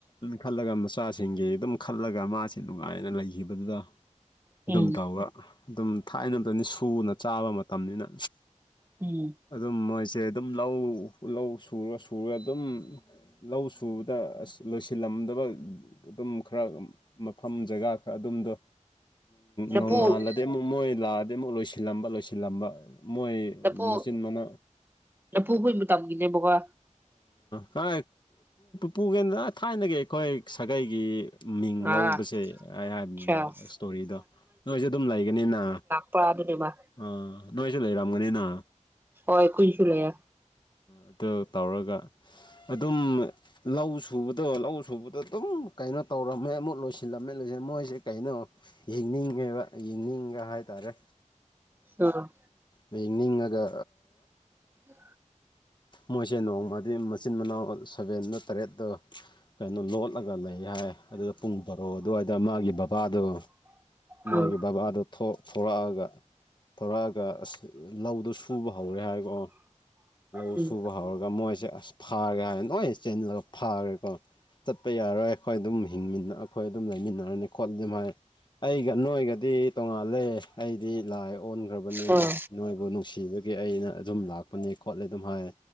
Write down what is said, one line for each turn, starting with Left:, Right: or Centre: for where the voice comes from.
Left: ꯈꯜꯂꯒ ꯃꯆꯥꯁꯤꯡꯒꯤ ꯑꯗꯨꯝ ꯈꯜꯂꯒ ꯃꯥꯁꯤꯦ ꯅꯨꯡꯉꯥꯏ ꯑꯩꯅ ꯂꯩꯈꯤꯕꯗꯨꯗ
Right: ꯎꯝ
Left: ꯑꯗꯨꯝ ꯇꯧꯔꯒ ꯑꯗꯨꯝ ꯊꯥꯏꯅꯝꯇꯅꯤ ꯁꯨꯅ ꯆꯥꯕ ꯃꯇꯝꯅꯤꯅ
Right: ꯎꯝ
Left: ꯑꯗꯨꯝ ꯃꯣꯏꯁꯦ ꯑꯗꯨꯝ ꯂꯧ ꯂꯧ ꯁꯨꯔ ꯁꯨꯔꯦ ꯑꯗꯨꯝ ꯂꯧ ꯁꯨꯕꯗ ꯑꯁ ꯂꯣꯏꯁꯤꯜꯂꯝꯗꯕ ꯑꯗꯨꯝ ꯈꯔ ꯃꯐꯝ ꯖꯒꯥ ꯈꯔ ꯑꯗꯨꯝꯗꯣ
Right: ꯂꯐꯨ
Left: ꯅꯣꯡꯉꯥꯜꯂꯗꯤ ꯑꯃꯨꯛ ꯃꯣꯏ ꯂꯥꯛꯑꯗꯤ ꯑꯃꯨꯛ ꯂꯣꯏꯁꯤꯜꯂꯝꯕ ꯂꯣꯏꯁꯤꯜꯂꯝꯕ ꯃꯣꯏ
Right: ꯂꯐꯨ
Left: ꯃꯆꯤꯟ ꯃꯅꯥꯎ
Right: ꯂꯐꯨ ꯍꯣꯏ ꯃꯇꯝꯒꯤꯅꯦꯕꯀ
Left: ꯀ ꯄꯨꯒꯦꯗꯅ ꯊꯥꯏꯅꯒꯤ ꯑꯩꯈꯣꯏ ꯁꯥꯒꯩꯒꯤ ꯃꯤꯡ
Right: ꯑꯥ
Left: ꯂꯧꯕꯁꯦ ꯑꯩ ꯍꯥꯏꯕꯅꯤꯗ
Right: ꯑꯆꯥ
Left: ꯏꯁꯇꯣꯔꯤꯗꯣ ꯅꯣꯏꯁꯨꯦ ꯑꯗꯨꯝ ꯂꯩꯒꯅꯤꯅ
Right: ꯄꯨꯥ ꯑꯗꯨꯅꯦꯃ
Left: ꯑꯥ ꯅꯣꯏꯁꯨ ꯂꯩꯔꯝꯒꯅꯤꯅ
Right: ꯍꯣꯏ ꯈꯨꯣꯏꯁꯨ ꯂꯩ
Left: ꯑꯗꯨ ꯇꯧꯔꯒ ꯑꯗꯨꯝ ꯂꯧ ꯁꯨꯕꯗꯣ ꯂꯧ ꯁꯨꯕꯗꯣ ꯑꯗꯨꯝ ꯀꯩꯅꯣ ꯇꯧꯔꯝꯃꯦ ꯑꯃꯨꯠ ꯂꯣꯏꯁꯤꯜꯂꯝꯃꯦ ꯂꯣꯏꯁꯤꯜ ꯃꯣꯏꯁꯦ ꯀꯩꯅꯣ ꯌꯦꯡꯅꯤꯡꯉꯦꯕ ꯌꯦꯡꯅꯤꯡꯕ ꯍꯥꯏꯇꯥꯔꯦ
Right: ꯑꯥ
Left: ꯡ ꯅꯤꯡꯉꯒ
Right: ꯎ
Left: ꯃꯣꯏꯁꯦ ꯅꯣꯡꯃꯗꯤ ꯃꯆꯤꯟ ꯃꯅꯥꯎ ꯁꯕꯦꯟꯗ ꯇꯔꯦꯠꯇ ꯀꯩꯅꯣ ꯂꯣꯠꯂꯒ ꯂꯩ ꯍꯥꯏ ꯑꯗꯨꯗ ꯄꯨꯡ ꯕꯥꯔꯣ ꯑꯗꯨꯋꯥꯏꯗ ꯃꯥꯒꯤ ꯕꯕꯥꯗꯣ
Right: ꯎꯝ
Left: ꯃꯥꯒꯤ ꯀꯕꯥꯗꯣ ꯊꯣꯔꯛꯑꯒ ꯊꯧꯣꯔꯛꯑꯒ ꯑꯁ ꯂꯧꯗꯣ ꯁꯨꯕ ꯍꯧꯔꯦ ꯍꯥꯏꯕꯣ ꯂꯧ
Right: ꯎꯝ
Left: ꯁꯨꯕ ꯍꯧꯔꯒ ꯃꯣꯏꯁꯦ ꯑꯁ ꯐꯥꯔ꯭ꯔꯦ ꯍꯥꯏꯔꯅ ꯅꯣꯏ ꯆꯦꯟꯂꯒ ꯐꯥꯈ꯭ꯔꯦꯀꯣ ꯆꯠꯄ ꯌꯥꯔꯣꯏ ꯑꯩꯈꯣꯏ ꯑꯗꯨꯝ ꯍꯤꯡꯃꯤꯟꯅ ꯑꯩꯈꯣꯏ ꯑꯗꯨꯝ ꯂꯩꯃꯤꯟꯅꯔꯅꯤ ꯈꯣꯠꯂ ꯑꯗꯨꯝ ꯍꯥꯏ ꯑꯩꯒ ꯅꯣꯏꯒꯗꯤ ꯇꯣꯡꯉꯥꯜꯂꯦ ꯑꯩꯗꯤ ꯂꯥꯏ ꯑꯣꯟꯈ꯭ꯔꯕꯅꯤ
Right: ꯑꯥ
Left: ꯅꯣꯏꯕꯨ ꯅꯨꯡꯁꯤꯕꯒꯤ ꯑꯩꯅ ꯑꯗꯨꯝ ꯂꯥꯛꯄꯅꯤ ꯈꯣꯠꯂꯦ ꯑꯗꯨꯝ ꯍꯥꯏ